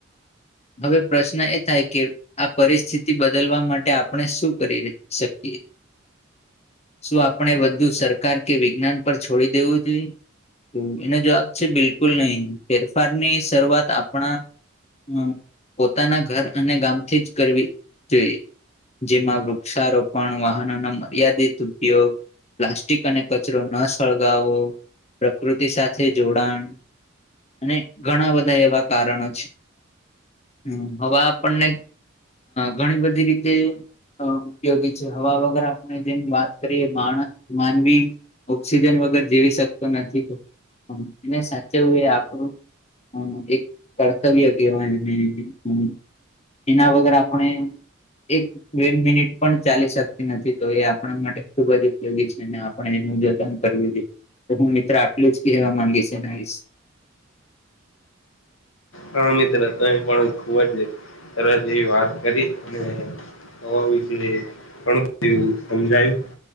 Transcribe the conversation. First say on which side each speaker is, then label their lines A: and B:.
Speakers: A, on the left (about 30°); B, on the left (about 85°).
A: હવે પ્રશ્ન એ થાય કે આ પરિસ્થિતિ બદલવા મા આપણે શું કરી ર શકીએ? શું આપણે વધુ સરકાર કે વિજ્ઞાન પર છોડી દેવું જોઈએ? તો એનો જવાબ છે બિલકુલ નહી ફેરફાર ની શરૂઆત આપણા હમ પોતાના ઘર અને ગામથી જ કરવી જોઈએ જેમાં વૃક્ષારોપણ વાહનોનો મર્યાદિત ઉપયોગ પ્લાસ્ટિક અને કચરો ન સળગાવો પ્રકૃતિ સાથે જોડાણ અને ઘણા બધા એવા કારણો છે. હમ હવા આપણને ઘણી બધી રી જે ઉપયોગી છે હવા વગર આપણે જેમ વાત કરીએ માણસ માનવી ઓક્સિજન વગર જીવી શકતો નથી એને સાચે હું એ આપણું હમ એક કર્તવ્ય કહેવાય અને એના વગર આપણે એક બે મિનિટ પણ ચાલી શકતી નથી તો એ આપણા માટે ખુબ જ ઉપયોગી છે અને આ પણ એનું જતન કરવું જોઈએ તો હું મિત્ર આટલું જ કહેવા માંગીસ એના વિશે
B: હા મિત્ર તમે પણ ખુબ જ સર જેવી વાત કરી અને હવા વીસે ઘણુ બધું એ સમજાયું